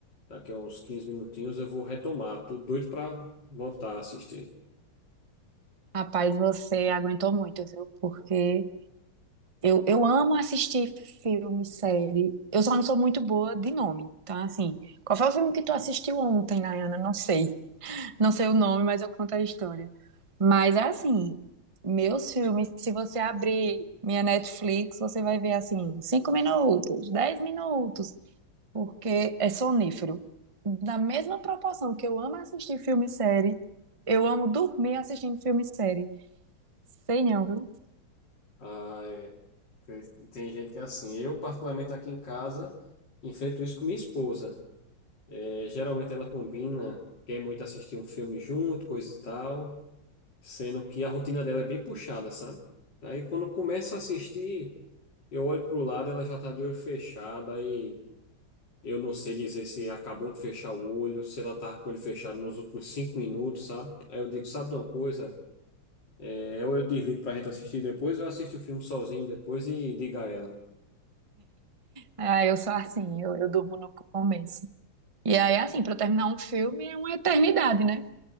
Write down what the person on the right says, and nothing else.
Rapaz, você aguentou muito, viu? Porque eu, eu amo assistir filme, série. Eu só não sou muito boa de nome. Então, assim, qual foi o filme que tu assistiu ontem, Nayana? Não sei. Não sei o nome, mas eu conto a história. Mas é assim, meus filmes, se você abrir minha Netflix, você vai ver assim, cinco minutos, 10 minutos, porque é sonífero. Da mesma proporção que eu amo assistir filme e série, eu amo dormir assistindo filme e série. Sei não, viu?
Ah, eu sou assim, eu, eu durmo no começo. E aí, assim, pra eu terminar um filme é uma eternidade, né?